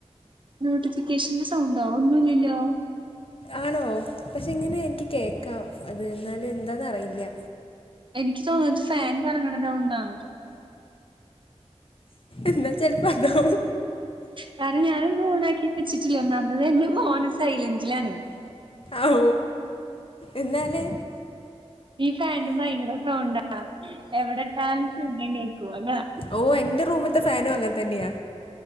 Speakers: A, on the right; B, on the left.
A: നോട്ടിഫിക്കേഷന്റെ സൗണ്ടോ ഒന്നു ഇല്ലല്ലോ
B: ആണോ പക്ഷെ ഇങ്ങനെ എനിക്ക് കേക്കാം അത് എന്നാല് എന്താന്ന് അറിയില്ല്യ
A: എനിക്ക് തോന്നുന്നത് ഫാൻ കറങ്ങണതാവുന്നാ
B: എന്നാ ചെൽപ്പം അതാവും
A: കാരണം ഞാനുന്നും ഓൺ ആക്കിവെച്ചിട്ടില്ല ഒന്നാമത് എന്റെ ഫോൺ സൈലന്റിലാണ്
B: ഔ എന്നാല്
A: ഈ ഫാനിന് ഭയങ്കരെ സൗണ്ടാ എവിടെ ഇട്ടാലും ശബ്ദംകേക്കും അതാ
B: ഓഹ് എന്റെ റൂമിത്തെ ഫാനും അങ്ങൻതന്നെയാ